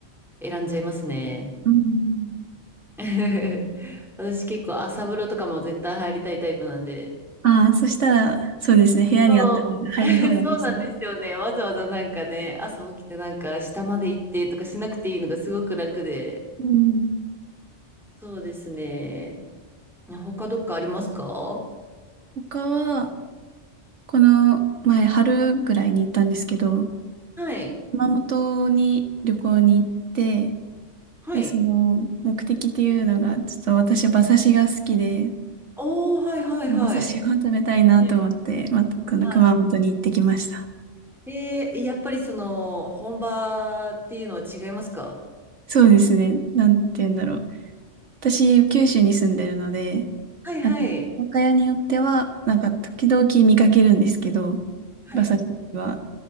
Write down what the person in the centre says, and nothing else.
選んじゃいますね。
<laughs> 私結構朝風呂とかも絶対入りたいタイプなんで。
そう、<laughs> そうなんですよね。わざわざなんかね、朝起きてなんか下まで行ってとかしなくていいのがすごく楽で。
そうですね。他どっかありますか
はい。
はい。
おー、はいはいはい。
ね
はい。で、やっぱりその本場っていうのは違いますか
はいはい。
はい。